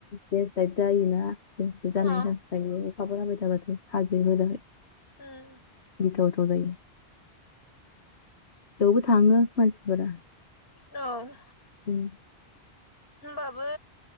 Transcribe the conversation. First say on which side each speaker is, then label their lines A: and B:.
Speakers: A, on the left (about 85°); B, on the left (about 60°).
A: देसलाइट जायोना देसलाइट जानायनि
B: औ
A: चान्स थायो अखाफोर हाबाय थाबाथाय हाजोफोराहाय।
B: ओम
A: गिथावथाव जायो बेयावबो थाङो मानसिफोरा।
B: औ
A: उम
B: होनबाबो